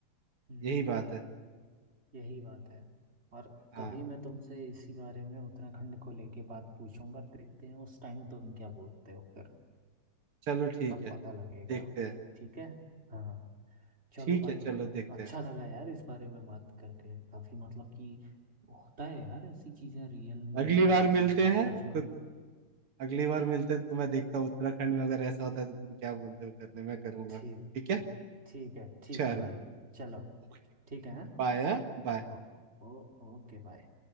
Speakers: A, on the right; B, on the right.
A: हम्म,
B: यही बात है
A: यही बात है और
B: हाँ
A: कभी मैं तुमसे इसी बारे में उत्तराखंड को लेके बात पूछूंगा देखते हैं उस टाइम तुम क्या बोलते हो फिर
B: चलो ठीक
A: तब
B: है
A: पता लगेगा
B: देखते हैं
A: ठीक है हाँ चलो
B: ठीक
A: भाई
B: है चलो देखते
A: अच्छा
B: हैं
A: लगा यार इस बारे में बात करके काफी मतलब कि होता है यार ऐसी चीजें रियल में
B: अगली
A: भी
B: बार
A: आदमियों
B: मिलते
A: के साथ
B: हैं
A: सच में
B: तो
A: हूँ
B: अगली बार मिलते हैं तो मैं देखता हूँ उत्तराखंड में अगर ऐसा होता है तो तुम क्या बोलते हो करने मैं करूंगा
A: ठीक
B: ठीक
A: ठीक
B: है
A: ठीक है ठीक
B: चलो
A: है भाई चलो
B: ओके
A: ठीक है हाँ?
B: Bye bye
A: ओ, ओ, ओके भाई